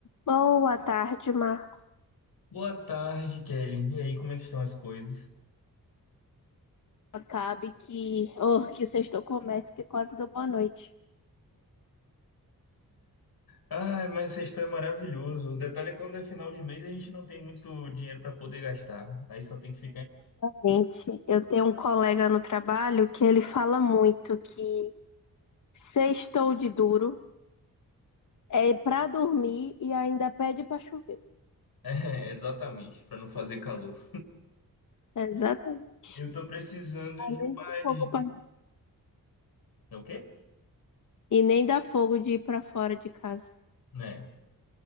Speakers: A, on the left; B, on the left.
A: Boa tarde, Marco.
B: Boa tarde, Kelly. E aí, como é que estão as coisas?
A: Acabe que, oh, que o sexto comece, que é quase deu boa noite.
B: Ai, mas sexto é maravilhoso. O detalhe é quando é final de mês a gente não tem muito dinheiro para poder gastar. Aí só tem que ficar. <laughs>
A: Gente, eu tenho um colega no trabalho que ele fala muito que sextou de duro é pra dormir e ainda pede pra chover.
B: É, exatamente, para não fazer calor.
A: É, Exatamente.
B: Eu tô precisando de
A: Nem
B: umas
A: dá fogo pra-
B: dicas. É O quê?
A: E nem dá fogo de ir pra fora de casa.
B: É.